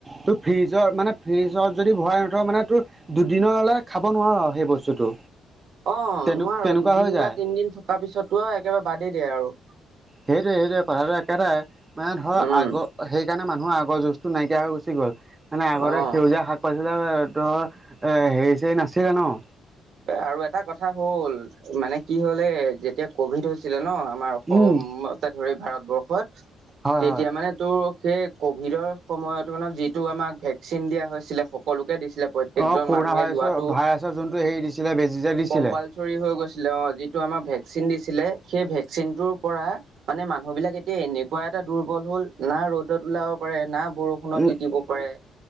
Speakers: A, on the right; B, on the right.
A: তোৰ ফ্ৰিজৰ মানে, ফ্ৰিজত যদি ভৰাই নথওঁ মানে তোৰ দুদিনৰ হ'লে খাব নোৱাৰো সেই বস্তুটো,
B: অ
A: তেনে-তেনেকুৱা
B: নোৱাৰো দুদিন
A: হৈ যায়।
B: বা তিনদিন থকাৰ পিছতো আৰু একেবাৰে বাদেই দিয়ে আৰু।
A: সেইটোৱে-সেইটোৱে কথাটো একেটাই, মানে ধৰ
B: উম
A: আগৰ সেইকাৰণে মানুহৰ আগৰ যু টো নাইকিয়া হৈ গুচি গ'ল, মানে আগৰতে
B: অ'
A: সেউজীয়া শাক <unintelligible> ধৰ হেৰি-চেৰি নাছিলে ন'।
B: আৰু এটা কথা হ'ল মানে কি হ'লে যেতিয়া কভিড হৈছিলে ন' আমাৰ অসমতে
A: উম
B: ধৰি ভাৰতবৰ্ষত।
A: হয়
B: তেতিয়া
A: হয়
B: মানে টো, সেই ক'ভিডৰ সময়ত মানে যিটো আমাক ভেকচিন দিয়া হৈছিলে, সকলোকে দিছিলে। প্ৰত্যেকজন
A: অ', কৰোনা
B: মানুহে
A: ভাইৰাছৰ-ভাইৰাছৰ
B: লোৱাটো
A: যোনটো হেৰি দিছিলে বেজি দিছিলে
B: কম্পালচৰি হৈ গৈছিলে অ', যিটো আমাক ভেকচিন দিছিলে সেই ভেকচিনটোৰ পৰা মানে মানুহবলাক এতিয়া এনেকুৱা এটা দুৰ্বল হ'ল না' ৰ'দত ওলাব পাৰে না' বৰষ ষুণত
A: উম
B: তিতিব পাৰে